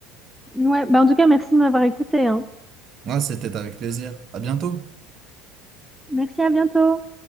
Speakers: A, in the centre; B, on the right.
A: Ouais, bah en tout cas, merci de m'avoir écouté, hein.
B: Ouais, c'était avec plaisir. À bientôt.
A: Merci, à bientôt.